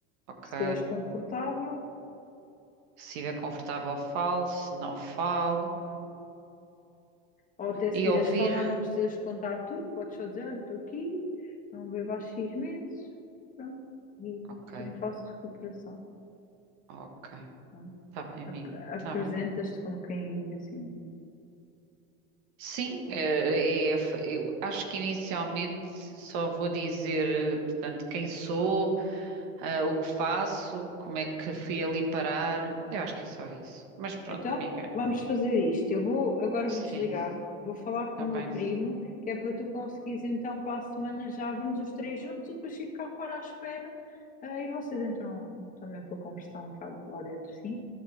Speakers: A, on the right; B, on the left.
A: Ok.
B: se te és confortável,
A: Se estiver confortável, falo. Se não, falo.
B: ou até se
A: E
B: quiseres
A: ouvir?
B: falar, não precisas contar tudo, podes só dizer: olha, estou aqui, não bebo há X meses, pronto, e
A: Ok,
B: estou em fase de recuperação.
A: ok.
B: Pronto.
A: Tá bem, amiga.
B: Ap- Apresentas-te
A: Tá bem.
B: como quem assim.
A: Sim, eh, é- eu acho que inicialmente só vou dizer, eh, portanto, quem sou, eh, o que faço, como é que fui ali parar. Eu acho que é só isso. Mas pronto,
B: Então,
A: amiga.
B: vamos fazer isto. Eu vou, agora
A: Sim,
B: vou desligar, vou falar com
A: tá
B: o
A: bem.
B: meu primo, que é para tu conseguires então para a semana já vamos os três juntos, e depois fico cá fora à espera. Ah, e vocês entram também para conversar um bocado lá dentro, sim?